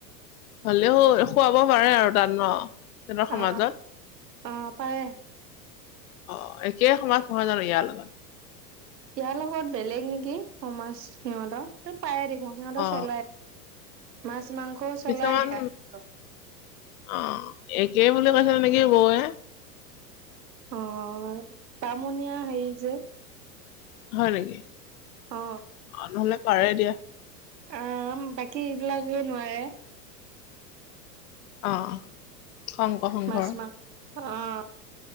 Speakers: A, on the left (about 60°); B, on the right (about 80°).
A: হ'লেও খুৱাব পাৰে আৰু তাত ন, সিহঁতৰ সমাজত।
B: অ অ' পাৰে।
A: অ' একেই সমাজ নহয় জানো ইয়াৰ লগত?
B: ইয়াৰ লগত বেলেগ নেকি সমাজ সিহঁতৰ, ত' পাৰে দেখোন সিহঁতৰ
A: অ
B: চলে। মাছ মাংস
A: কিছুমান,
B: দিয়া সিহঁতৰ।
A: অ', একেই বুলি কৈছে নেকি বৌৱে।
B: অ', বামুনিয়া হেৰি যে।
A: হয় নেকি,
B: অ
A: অঁ' নহ'লে পাৰে দিয়া।
B: আ', বাকী এইবিলাক হে নোৱাৰে।
A: অ'। শংকৰ সংঘৰ
B: মাছ মাংস, অ'